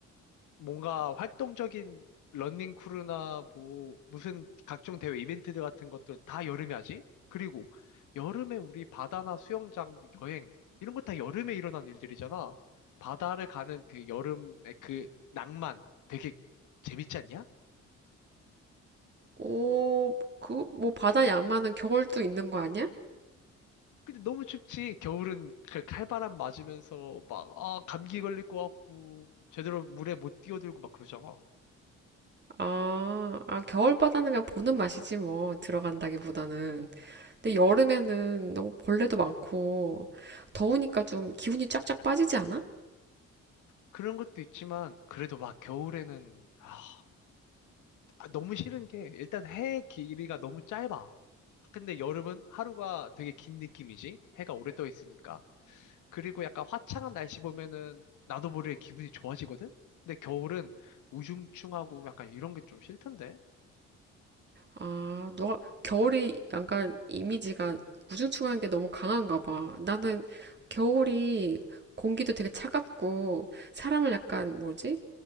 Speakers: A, on the left; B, on the right.
A: 뭔가 활동적인 러닝 크루나 뭐 무슨 각종 대회 이벤트들 같은 것들 다 여름에 하지? 그리고 여름에 우리 바다나 수영장 여행 이런 거 다 여름에 일어난 일들이잖아. 바다를 가는 그 여름의 그 낭만 되게 재밌지 않냐?
B: 오, 그, 뭐 바다 양만한 겨울도 있는 거 아니야?
A: 근데 너무 춥지. 겨울은 그 칼바람 맞으면서 막 아, 감기 걸릴 것 같고 제대로 물에 못 뛰어들고 막 그러잖아.
B: 아, 아, 겨울 바다는 그냥 보는 맛이지 뭐. 들어간다기보다는. 근데 여름에는 너무 벌레도 많고 더우니까 좀 기운이 쫙쫙 빠지지 않아?
A: 그런 것도 있지만 그래도 막 겨울에는 아 아, 너무 싫은 게 일단 해 길이가 너무 짧아. 근데 여름은 하루가 되게 긴 느낌이지. 해가 오래 떠 있으니까. 그리고 약간 화창한 날씨 보면은 나도 모르게 기분이 좋아지거든. 근데 겨울은 우중충하고 약간 이런 게 좀 싫던데.
B: 아, 너가 겨울이 약간 이미지가 우중충한 게 너무 강한가 봐. 나는 겨울이 공기도 되게 차갑고 사람을 약간 뭐지?